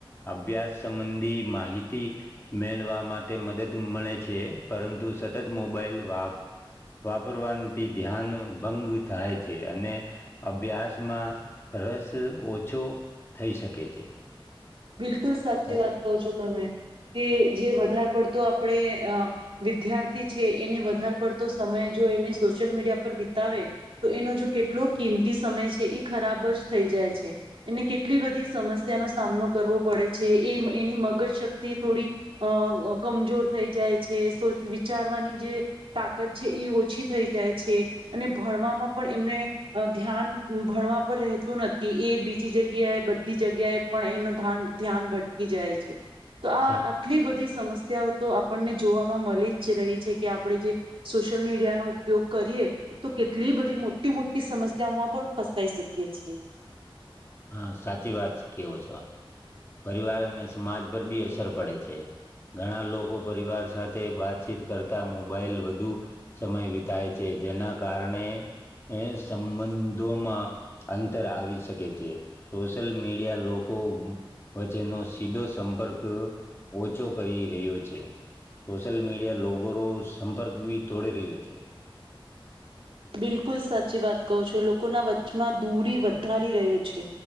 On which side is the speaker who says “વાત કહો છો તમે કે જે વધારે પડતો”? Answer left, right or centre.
Right